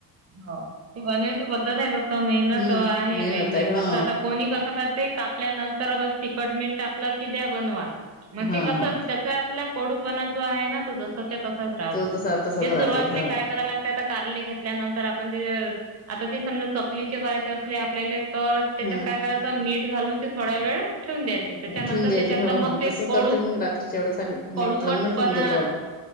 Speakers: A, on the right; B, on the left.
A: हो ते गनची पद्धत आहे फक्त मेहनत
B: हम्म
A: आहे
B: मेहनत
A: वेगळी
B: आहे हा
A: कसं आता कोणी कसं कर. ते कापल्यानंतर तखट मीठ टाकलं की द्या बनवा मग ते
B: हा
A: कस
B: हा
A: त्या डपणा ज आहे तो ज तच राहतो
B: तो तसा तसाच
A: ते सुरुवातले
B: राहते हा
A: काय कराय लागते कार. आपण आता ते समजा चकलीचे करायचे असले आपल्याला तर त्याच्यात
B: हा
A: काय करायचं मीठ घालून ते थोडा वेळ. ठेून द्यायचे त्याच्यानंतर
B: ठेवून द्यायचे
A: त्याच्यात
B: हो
A: मग
B: हो
A: ते
B: तसंच
A: कळू
B: करते मग रात्रीच्या वेळेस आम्ही
A: कळुवटपणा
B: मीठ लावून ठेवून देतो आम्ही